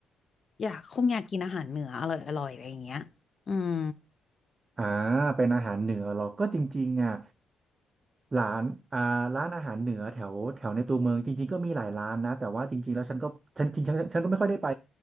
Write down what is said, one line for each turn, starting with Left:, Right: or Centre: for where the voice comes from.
Left: อยากคงอยากกินอาหารเหนืออร่อยอร่อยอะไรอย่างเงี้ยอืม
Right: อ่าเป็นอาหารเหนือเหรอก็จริงๆอ่ะร้านอ่าร้านอาหารเหนือแถวแถวในตัวเมืองจริงๆก็มีหลายร้านนะแต่ว่าจริงๆแล้วฉันก็ฉันจริงๆฉันฉันก็ไม่ค่อยได้ไป